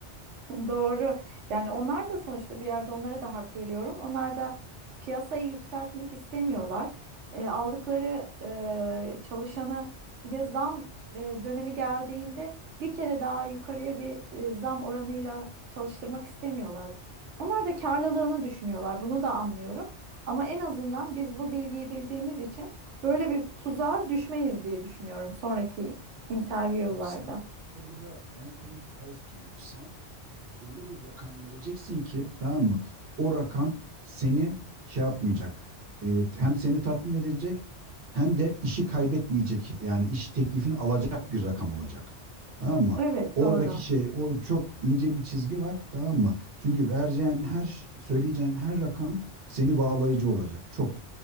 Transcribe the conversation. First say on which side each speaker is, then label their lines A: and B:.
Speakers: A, on the right; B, on the right.
A: Doğru. Yani onlar da sonuçta bir yerde onlara da hak veriyorum. Onlar da piyasayı yükseltmek istemiyorlar. E, aldıkları e, çalışanı bir de zam e, dönemi geldiğinde bir kere daha yukarıya bir e, zam oranıyla çalıştırmak istemiyorlar. Onlar da karlılığını düşünüyorlar. Bunu da anlıyorum. Ama en azından biz bu bilgiyi bildiğimiz için böyle bir tuzağa düşmeyiz diye düşünüyorum sonraki interview'larda.
B: Evet, sen işte burada anchoring bias giriyor. Sen öyle bir rakam vereceksin ki tamam mı? O rakam seni şey yapmayacak. Ee, hem seni tatmin edecek hem de işi kaybetmeyecek. Yani iş teklifini alacak bir rakam olacak. Tamam mı?
A: Evet,
B: Oradaki
A: doğru.
B: şey o çok ince bir çizgi var tamam mı? Çünkü vereceğin her ş- söyleyeceğin her rakam seni bağlayıcı olacak. Çok